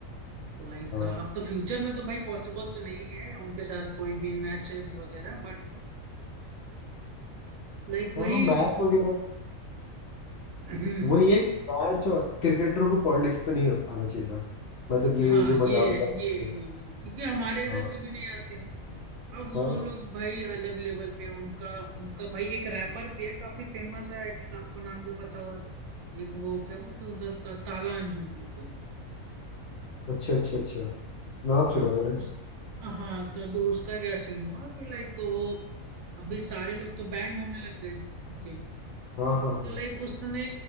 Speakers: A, on the right; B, on the left.
A: तो लाइक
B: हाँ
A: अब तो फ्यूचर में तो भाई पॉसिबल तो नहीं है उनके साथ कोई भी मैचेस वगैरह बट लाइक वही
B: हाँ मैच वगैरह
A: हम्म,
B: वही है कि मैच और क्रिकेटरों को पॉलिटिक्स पे नहीं आना चाहिए था मतलब ये
A: हाँ
B: जो मजाक
A: ये
B: उजाक
A: है
B: करते
A: ये है ये
B: हैं।
A: ये। क्योंकि हमारे इधर
B: हाँ
A: के भी नहीं आते अब वो
B: हाँ
A: लोग भाई अलग लेवल पे हैं। उनका उनका भाई एक रैपर भी है काफी फेमस है आई थिंक आपको नाम भी पता होगा एक वो क्या बोलते हैं उधर का ताला अंजुम करके
B: अच्छा अच्छा अच्छा नाम
A: हाँ
B: सुना है
A: तो
B: मैंने
A: उस हाँ तो अभी उसका क्या सीन हुआ कि लाइक वो अभी सारे लोग तो बैंड होने लग गए
B: हाँ हाँ हाँ
A: तो लाइक उसने